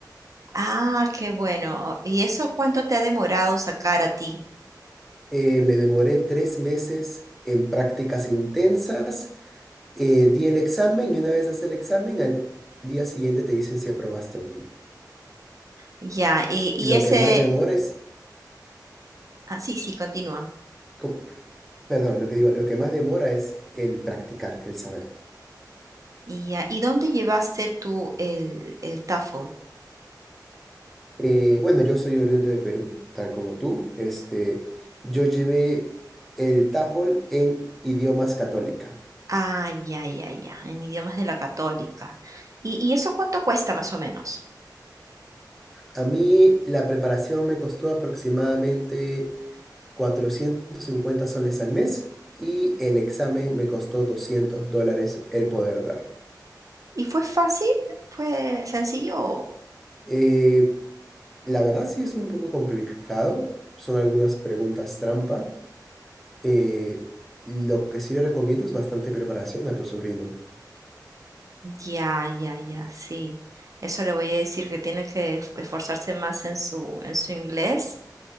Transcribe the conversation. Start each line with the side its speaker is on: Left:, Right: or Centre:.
Right: Ah, qué bueno. ¿Y eso cuánto te ha demorado sacar a ti?
Centre: Eh, me demoré tres meses en prácticas intensas. eh, di el examen y una vez das el examen, al día siguiente te dicen si aprobaste o no.
Right: Ya, y, y
Centre: Lo
Right: ese,
Centre: que más demora es...
Right: ah, sí, sí, continúa.
Centre: ¿cómo? Perdón, lo que digo, lo que más demora es el practicar, el saber.
Right: Y ya, ¿y dónde llevaste tú el, el TOEFL?
Centre: Eh, bueno, yo soy oriundo de Perú, tal como tú. Este, yo llevé el TOEFL en idiomas católica.
Right: Ah, ya, ya, ya, en idiomas de la católica. ¿Y, y eso cuánto cuesta más o menos?
Centre: A mí la preparación me costó aproximadamente 450 soles al mes y el examen me costó 200 dólares el poder darlo.
Right: ¿Y fue fácil? ¿Fue sencillo?
Centre: Eh, la verdad sí es un poco complicado, son algunas preguntas trampa. Eh, lo que sí le recomiendo es bastante preparación a tu sobrino.
Right: Ya, ya, ya, sí. Eso le voy a decir que tiene que esforzarse más en su, en su inglés